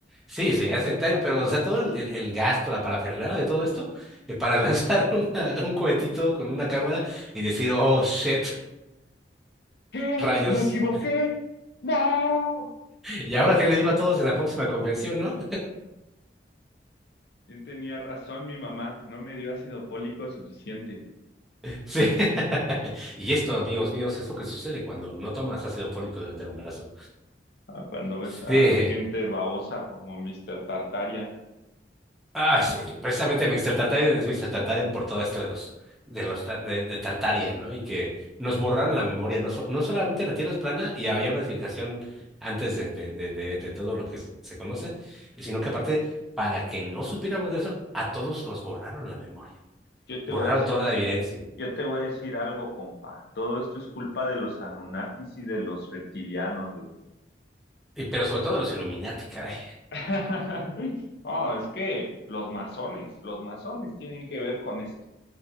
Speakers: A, in the centre; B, on the left.
A: Sí, eso ya es sectario, pero o sea, todo el, el- el gasto, la parafernalia de todo esto, eh, para lanzar <laughs> una- un cohetito con una cámara y decir, oh, shit,
B: ¿Qué?
A: rayos.
B: ¿Me equivoqué? ¡No!
A: ¿Y ahora qué le digo a todos en la próxima convención, no?
B: ¿Quién tenía razón? Mi mamá no me dio ácido fólico suficiente.
A: Sí. <laughs> Y esto, amigos míos, es lo que sucede cuando no tomas ácido fólico durante el embarazo.
B: Ah, cuando ves
A: Sí.
B: a gente babosa como Mr. Tartarian.
A: Ah, sí. Precisamente Mr. Tartarian es Mr. Tartarian por todo esto de los, de los, ta- de, de Tartaria, ¿no? Y que nos borraron la memoria. No, so- no solamente la Tierra es plana y había una civilización antes de, de, de, de, de todo lo que se conoce, sino que aparte, para que no supiéramos de eso, a todos nos borraron la memoria.
B: Yo te
A: Borraron
B: voy a decir
A: toda evidencia.
B: Yo te voy a decir algo, compa. Todo esto es culpa de los Anunnakis y de los reptilianos, bro.
A: Y- Pero sobre todo los Illuminati, caray.
B: <laughs> Oh, es que los masones, los masones tienen que ver con esto.